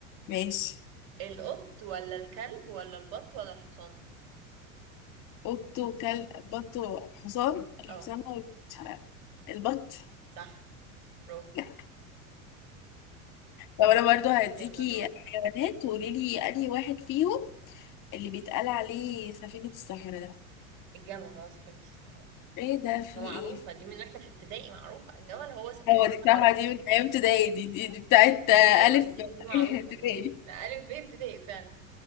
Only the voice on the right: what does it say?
القط ولا الكلب ولا البط ولا الحصان
اه
صح برافو
يلا دورك
الجمل هو سفينة الصحراء
ده معروفة
دي من واحنا في ابتدائي معروفة الجمل هو سفينة
الصحراء
ايوه
دي دي معروفة
دي ده ألف ب ابتدائي فعلا